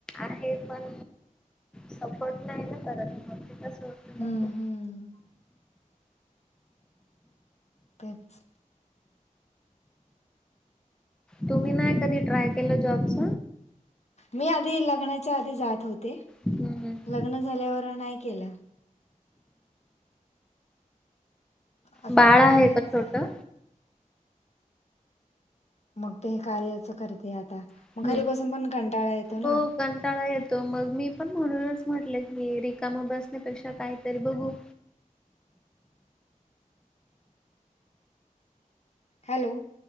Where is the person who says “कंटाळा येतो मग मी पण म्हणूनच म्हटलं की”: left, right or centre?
Centre